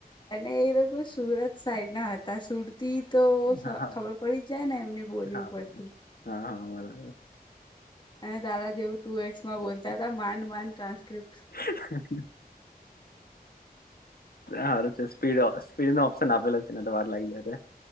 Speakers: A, on the left (about 30°); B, on the left (about 70°).
A: અને એ લોકો સુરત સાઈડ ના હતા સુરતી તો સ
B: હા હા
A: ખબર પડી જાય ને એમની બોલી
B: હા.
A: ઉપરથી
B: હા હા બરાબર
A: અને તારા હેવુ ટુ એક્સ માં બોલતા હતા માંડ માંડ ટ્રાન્સ્ક્રિપ્ટ
B: <unintelligible> હારું છે સ્પીડ સ્પીડ નો ઓપ્શન આપેલો છે ને તો વાર લાગી જાય